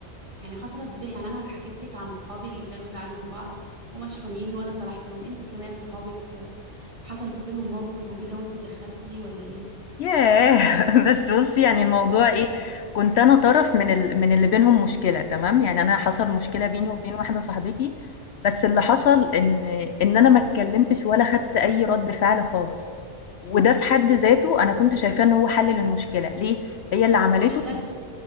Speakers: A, on the right (about 25°); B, on the left (about 65°).
A: يعني حصلت بي... يعني أنا حكيت لك عن صحابي اللي كانوا زعلانين من بعض ومشحونين وأنا صلحتهم أنت كمان صحابك حصل بينهم موقف وكده وأنت اتدخلتي ولا إيه؟
B: ياه! <laughs> بس بُصّي يعني الموضوع
A: مفيش.
B: إيه، كنت أنا طرف من ال من اللي بينهم مشكلة تمام، يعني أنا حصل مشكلة
A: مم.
B: بيني وبين واحدة صاحبتي، بس اللي حصل إن إن أنا ما اتكلمتش ولا خدت أي رد فعل خالص، وده في حد ذاته أنا كنت شايفاه إن هو حل للمشكلة، ليه؟ هي اللي عملته
A: حل سلبي